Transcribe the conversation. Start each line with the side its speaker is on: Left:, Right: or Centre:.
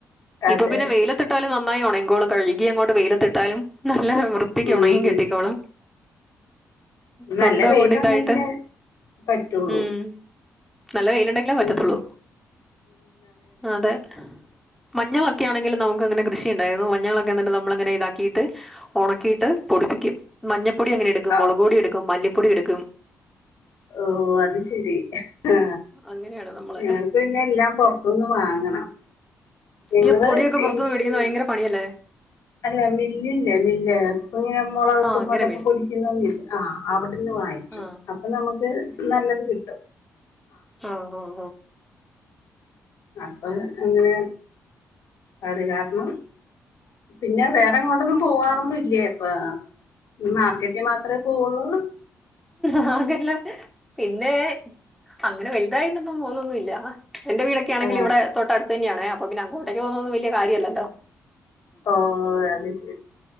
Left: അതെ
Centre: ഇപ്പ പിന്നെ വെയിലത്ത്ട്ടാലും ന്നായി ഒണങ്കോളും കഴുകി അങ്ങോട്ട് വെയിലത്തിട്ടാലും നല്ല വൃത്തിക്ക്
Left: ഉം
Centre: ഒണങ്ങി കിട്ടിക്കോളും
Left: നല്ല
Centre: തൊണ്ടും
Left: വെയിലുണ്ടെങ്കിലെ
Centre: അങ്ങോട്ട് ഇതായിട്ട്
Left: പറ്റുള്ളൂ
Centre: ഉം നല്ല വെയിലുണ്ടെങ്കിലെ പറ്റതൊള്ളൂ
Left: ഉം
Centre: അതെ മഞ്ഞളൊക്ക്യാണെങ്കിൽ നമുക്ക്ങ്ങനെ കൃഷിണ്ടായിരുന്നു മഞ്ഞളൊക്കെ ന്നിട്ട് നമ്മ്ൾങ്ങനെ ഇതാക്കിട്ട് ഒണക്കീട്ട് പൊടിപ്പിക്കും മഞ്ഞപ്പൊട്യങ്ങനെ എടുക്കും
Left: ആഹ്
Centre: മുളക് പൊടി എടുക്കും മല്ലിപ്പൊടി എടുക്കും
Left: ഓ അത് ശരി ആ
Centre: അങ്ങനെയാണ് നമ്മള്
Left: ഞങ്ങക്ക് പിന്നെല്ലാം പൊർത്ത്ന്ന് വാങ്ങണം ഞങ്ങള്
Centre: അയ്യൊ പൊട്യൊക്കെ പൊർത്ത്ന്ന്
Left: ഈ
Centre: വെടിക്കുന്ന വയ്ങ്കര പണിയല്ലേ
Left: അല്ല മില്ലില്ലെ മില്ല് <unintelligible> മുളക
Centre: ആ അങ്ങനെ
Left: <unintelligible>
Centre: മേടിക്കും
Left: പൊടിക്കുന്ന മില്ല് ല്ലെ ആ അവിട്ന്ന് വായിക്കും
Centre: ആ
Left: അപ്പൊ നമുക്ക് നല്ല ത് കിട്ടും
Centre: ആ ആ
Left: അപ്പൊ അങ്ങനെ അത് കാര്ണം പിന്നെ വേറെങ്ങോട്ടൊന്നും പോവാറൊന്നുല്ലേ പ്പാ നി മാർക്കറ്റ് മാത്ര പോവൊള്ളൂ
Centre: മാർക്കറ്റ് ല പിന്നെ അങ്ങനെ വൽ തായിട്ടൊന്നും പോന്നൊന്നു ഇല്ല എന്റെ വീടൊക്കെയാണെങ്കില്
Left: ആ
Centre: ഇവിടെ തൊട്ടട്തന്നെയാണെ അപ്പ പിന്നെ അങ്ങോട്ടേക്ക് പോന്നൊന്നു വെൽ ല്യ കാര്യല്ലല്ലോ
Left: ഓ അത് ശെരി